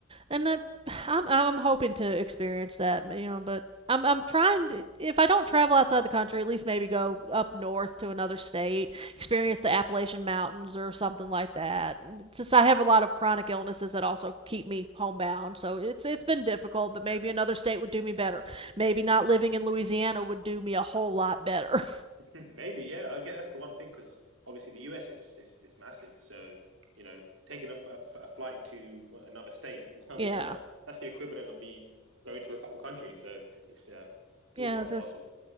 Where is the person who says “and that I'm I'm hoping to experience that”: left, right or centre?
Right